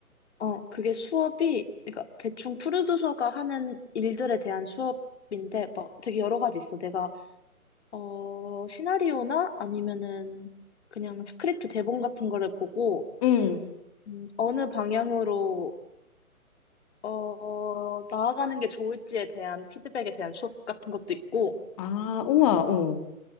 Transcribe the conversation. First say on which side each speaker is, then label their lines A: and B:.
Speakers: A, on the left (about 45°); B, on the left (about 25°).
A: 어 그게 수업이 그러니까 대충 프로듀서가 하는 일들에 대한 수업인데 막 되게 여러 가지 있어. 내가 어 시나리오나 아니면은 그냥 스크립트 대본 같은 거를 보고
B: 응.
A: 음, 어느 방향으로 어, 나아가는 게 좋을지에 대한 피드백에 대한 수업 같은 것도 있고,
B: 아, 우와, 어.